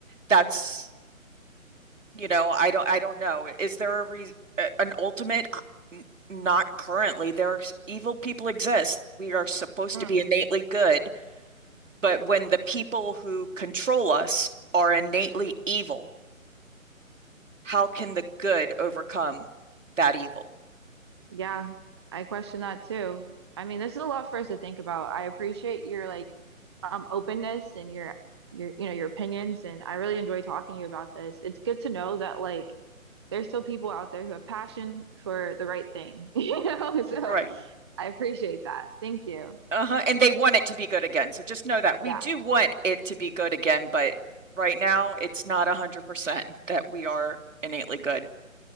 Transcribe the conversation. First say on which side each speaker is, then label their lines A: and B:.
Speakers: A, on the right (about 65°); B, on the right (about 20°).
A: that's you know, I don't I don't know. Is there a re an ultimate? Uh, n- Not currently. There are s- evil people exist. We are supposed
B: mm.
A: to be innately good, but when the people who control us are innately evil, how can the good overcome that evil?
B: Yeah, I question that too. I mean, this is a lot for us to think about. I appreciate your like um openness and your your you know your opinions and I really enjoy talking to you about this. It's good to know that like there's still people out there who have passion for the right thing, <laughs> you know? So
A: Right.
B: I appreciate that. Thank you.
A: Uh-huh. And they want it to be good again. So just know that we
B: Yeah.
A: do want it to be good again, but right now it's not 100% that we are innately good.